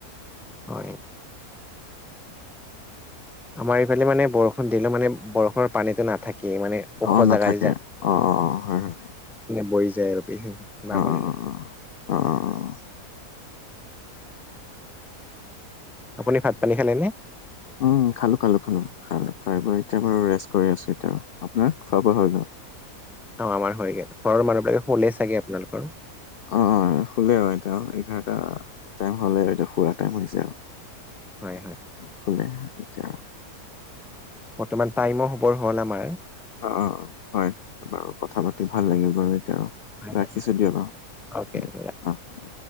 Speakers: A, in the centre; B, on the left.
A: হয়। আমাৰ এফালে মানে বৰষুণ দিলো মানে বৰষুণৰ পানীটো নাথাকেই মানে। ওখ
B: অ নাথাকে
A: জাগা দি জা
B: অ অ অ হয় হয়।
A: মানে বৈ যায় আৰু পেহে নামনি
B: অ অ
A: লৈ।
B: অ অ অ অ।
A: আপুনি ভাত পানী খালে নে?
B: উম খালো খালো খালো খালো খাই ব এতিয়া বাৰু ৰেষ্ট কৰি আছো এতিয়া আৰু। আপোনাৰ খোৱা বোৱা হৈ গল?
A: অ আমাৰ হৈ গে'ল। ঘৰৰ মানুহবিলাকে শুলেই চাগে আপোনালোকৰ?
B: অ অ শুলে অ এতিয়া এঘাৰটা টাইম হ'লে আৰু এতিয়া শুৱা টাইম হৈছে আও।
A: হয় হয়।
B: শুলে এতিয়া।
A: বৰ্তমান টাইমো হ'বৰ হ'ল আমাৰ।
B: অঁ অঁ অঁ হয় বাৰু কথা পাতি ভাল লাগিল বাৰু এতিয়া।
A: হয়
B: ৰাখিছো দিয়ক অ
A: অকেই।
B: দিয়ক অ দিয়ক